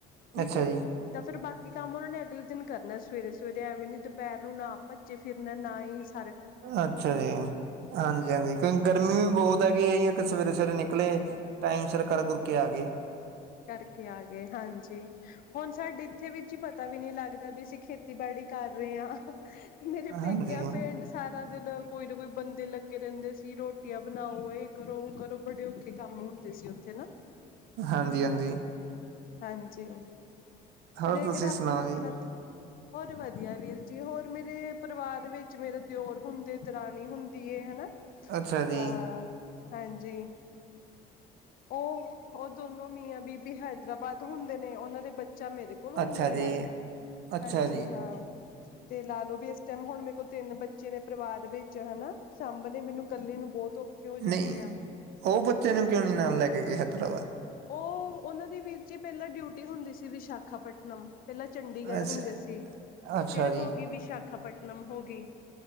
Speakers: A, on the left; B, on the right.
A: ਠੀਕ
B: ਅੱਛਾ
A: ਏ,
B: ਜੀ,
A: ਤਾਂ ਫੇਰ ਬਾਕੀ ਕੰਮ ਉਹਨਾਂ ਨੇ ਅਗਲੇ ਦਿਨ ਕਰਨਾ ਸਵੇਰੇ ਸਵੇਰੇ, ਐਵੇਂ ਨੀ ਪੈਰ ਨੂੰ ਨਾ ਭੱਜੇ ਫਿਰਨ ਨਾ ਹੀ ਗੱਲ ਕਰੀਏ ਹਨ ।
B: ਅੱਛਾ ਜੀ ਹਾਂਜੀ ਹਾਂਜੀ ਕਿਉਂਕ ਗਰਮੀ ਵੀ ਬਹੁਤ ਹੈਗੀ ਹੈ ਜ ਹੈ ਕਿ ਸਵੇਰੇ ਸਵੇਰੇ ਨਿਕਲੇ ਜਾਂਦਾ ਹਨ। ਟਾਈਮ ਸਿਰ ਕਰ ਕੁਰ ਕੇ ਆ ਗਏ ਸਨ।
A: ਕਰਕੇ ਆ ਗਏ ਹਾਂਜੀ ਹੁਣ ਸਾਡੇ ਇੱਥੇ ਵੀ ਕੰਮ ਕਰਨਾ ਪੈਂਦਾ ਹਨ। ਪਤਾ ਵੀ ਨਹੀਂੀ ਲੱਗਦਾ ਵੀ ਅਸੀਂ ਖੇਤੀਬਾੜੀ ਕਰ ਰਹੇ ਹਾਂ ਅਤਾ ਇਹ ਕੰਮ ਸਾਡੀ ਜ਼ਮੀਨ ਨਾਲ ਜੁੜਿਆ ਹਨ। ਮੇਰੇ
B: ਹਾਂਜੀ,
A: ਪੇਕਿਆ ਪਿੰਡ ਸਾਰਾ ਦਿਨ ਘੁੰਮ ਫਿਰ ਦੇ ਹਨ। ਕੋਈ ਨਾ ਕੋਈ ਬੰਦੇ ਲੱਗੇ ਰਹਿੰਦੇ ਸੀ ਰੋਟੀਆਂ ਬਣਾਓ ਇਹ ਕਰੋ ਉਹ ਕਰੋ ਬੜੇ ਔਖੇ ਕੰਮ ਹੁੰਦੇ ਸੀ ਉੱਥੇ ਅਤਾ ਖਤੀ ਬਣਦੀ ਹਨ। ਹੈਨਾ
B: ਹਾਂਜੀ ਹਾਂਜੀ
A: ਹਾਂਜੀ
B: ਹੋਰ
A: ਹਰੇਕ
B: ਤੁਸੀਂ
A: ਦਾ ਆਪਣਾ
B: ਸੁਣਾਓ
A: ਆਪਣਾ
B: ਜੀ?
A: ਹੁੰਦਾ ਹਨ । ਹੋਰ ਵਧੀਆ ਵੀਰ ਜੀ ਹੋਰ ਮੇਰੇ ਪਰਿਵਾਰ ਵਿੱਚ ਮੇਰੇ ਦਿਓਰ ਹੁੰਦੇ ਦ ਰਾਣੀ ਹੁੰਦੀ ਏ ਹਨਾ।
B: ਅੱਛਾ ਜੀ,
A: ਤਾਂ ਹਾਂਜੀ ਉਹ ਉਹ ਦੋਨੋ ਕੰਮ ਕਰਦਾ ਹਨ। ਮੀਆਂ ਬੀਬੀ ਹੈਦਰਾਬਾਦ ਹੁੰਦੇ ਨੇ ਉਹਨਾਂ ਦੇ ਬੱਚੇ ਕੱਲ੍ਹ ਇਹ ਗਿਆ ਹਨ। ਬੱਚਾ ਮੇਰੇ ਕੋਲ ਹੁੰਦਾ
B: ਅੱਛਾ ਜੀ,
A: ਆ
B: ਅੱਛਾ
A: ਹਾਂਜੀ
B: ਜੀ
A: ਹਾਂ ਕਿ ਗੱਲ ਹਾ। ਤੇ ਲਾ ਲੋ ਵੀ ਇਸ ਟਾਈਮ ਹੁਣ ਮੇਰੇ ਕੋਲ ਤਿੰਨ ਬੱਚੇ ਨੇ ਪਰਿਵਾਰ ਵਿੱਚ ਹਨਾ ਤੇ ਤੇਰਾ ਕੋਲ ਕਿੰਨਾ ਨਾ। ਸਾਂਭਣੇ ਮੈਨੂੰ ਕੱਲੇ ਨੂੰ ਬਹੁਤ ਔਖੇ ਹੋ
B: ਨਹੀਂ
A: ਜਾਂਦੇ ਆ ।
B: ਉਹ ਬੱਚੇ ਨੂੰ ਕਿਉਂ ਨੀ ਨਾਲ ਲੈ ਕੇ ਗਏ ਹੈਦਰਾਬਾਦ ਮਿਲ ਜਾਂਦਾ ਹਨ।
A: ਉਹ ਉਹਨਾਂ ਦੇ ਵੀਰ ਹੀ ਪਹਿਲਾਂ ਡਿਊਟੀ ਹੁੰਦੀ ਸੀ ਵਿਸ਼ਾਖਾਪਟਨਮ ਵਿਚ ਬਦਲਾਅ ਮਿਲ ਜਾਂਦਾ ਹਨ। ਪਹਿਲਾਂ ਚੰਡੀਗੜ੍ਹ
B: ਅੱਛਾ,
A: ਹੁੰਦੇ ਸੀ
B: ਅੱਛਾ
A: ਫਿਰ
B: ਜੀ,
A: ਹੋ ਗਈ ਵਿਸ਼ਾਖਾਪਟਨਮ ਹੋ ਗਈ